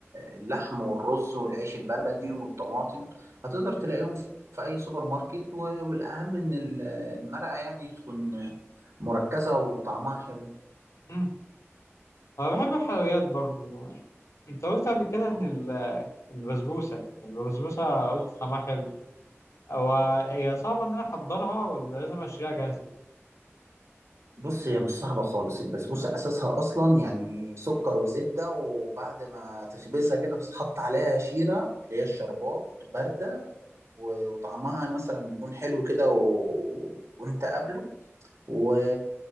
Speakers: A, on the right (about 80°); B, on the left (about 85°).
A: اللحم والرز والعيش البلدي والطماطم هتقدر تلاقيهم في أي سوبر ماركت و- والأهم إن ال- المرقة يعني تكون مركزة وطعمها حلو
B: مم. أنا بحب الحلويات برضو أنت قلت قبل كده إن ال- البسبوسة البسبوسة قلت طعمها حلو هو هي صعبة إن أنا أحضرها ولا لازم أشتريها جاهزة؟
A: بص هي مش صعبة خالص البسبوسة أساسها أصلا يعني سكر وزبدة وبعد ما تخبزها كده بتتحط عليها شيرة اللي هي الشربات باردة و- وطعمها مثلا يكون حلو كده و... وأنت قابله و...